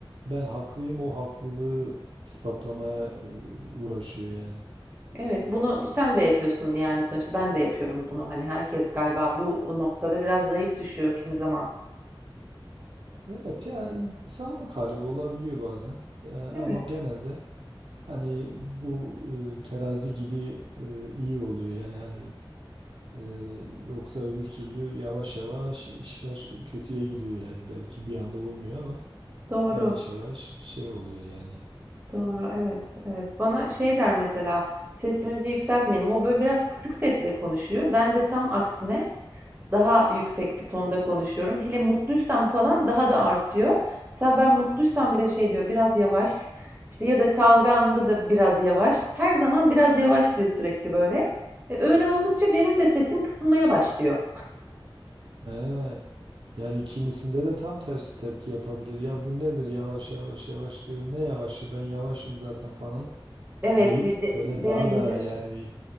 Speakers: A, on the right; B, on the right.
A: ben haklıyım o haklılığı ispatlamaya e, uğraşıyor yani.
B: Evet, bunu sen de yapıyorsun yani sonuçta ben de yapıyorum bunu. Hani herkes galiba bu noktada biraz zayıf düşüyor kimi zaman.
A: Evet yani insanlık hali olabiliyor bazen E, ama
B: Evet,
A: genelde hani bu e, terazi gibi e, iyi oluyor yani hani e, yoksa öbür türlü yavaş yavaş işler kötüye gidiyor yani belki bir anda olmuyor ama
B: doğru,
A: yavaş yavaş şey oluyor yani.
B: doğru, evet, evet. Bana şey der mesela sesimizi yükseltmeyelim. O böyle biraz kısık sesle konuşuyor. Ben de tam aksine Daha yüksek bir tonda konuşuyorum. Hele mutluysam falan daha da artıyor. Mesela ben mutluysam bile şey diyor biraz yavaş. İşte ya da kavga anında da biraz yavaş. Her zaman biraz yavaş diyor sürekli böyle. E, öyle oldukça benim de sesim kısılmaya başlıyor.
A: He, Yani kimisinde de tam tersi tepki yapabilir. Ya bu nedir yavaş yavaş yavaş diyor. Ne yavaşı ben yavaşım zaten falan
B: Evet
A: deyip
B: de- de-
A: böyle
B: denebilir,
A: daha da yani